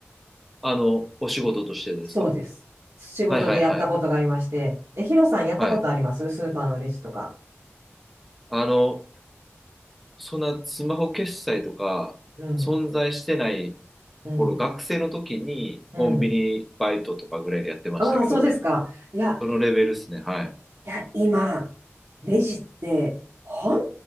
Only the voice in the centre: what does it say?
あの、お仕事としてですか
はいはいはい。
はい。あの、そんなスマホ決済とか存在してない
頃、学生の時にコンビニバイトとかぐらいでやってましたけど、
そのレベルですね。はい。